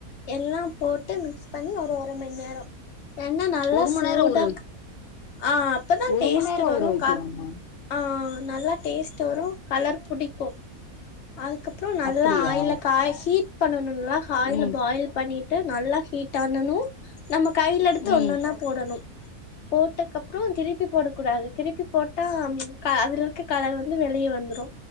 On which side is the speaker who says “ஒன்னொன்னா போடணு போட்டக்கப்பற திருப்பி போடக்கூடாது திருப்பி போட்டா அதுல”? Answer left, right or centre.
Left